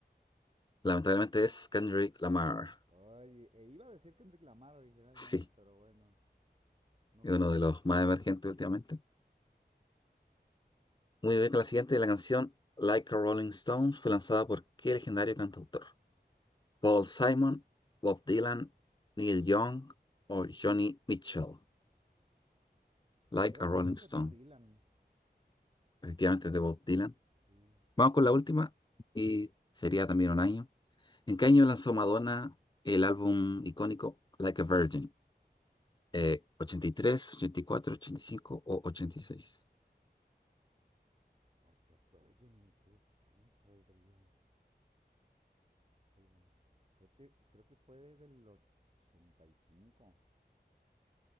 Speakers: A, on the left; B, on the right.
A: Lamentablemente es Kendrick Lamar.
B: Ay, e iba a decir Kendrick Lamar originalmente,
A: <laughs> Sí.
B: pero bueno, No sabía,
A: Es uno de
B: la
A: los
B: verdad.
A: más emergentes últimamente. Muy bien con la siguiente, la canción Like a Rolling Stones fue lanzada por qué legendario cantautor? Paul Simon, Bob Dylan, Neil Young o Johnny Mitchell. Like
B: Creo
A: a
B: que
A: Rolling
B: ese es
A: Stone.
B: de Bob Dylan.
A: Efectivamente es de Bob Dylan.
B: Sí.
A: Vamos con la última y sería también un año. ¿En qué año lanzó Madonna el álbum icónico Like a Virgin? Eh, ¿83, 84, 85 o 86?
B: Like a Virgin, ¿en qué año saldría? Híjole. Creo que, creo que fue desde el 85.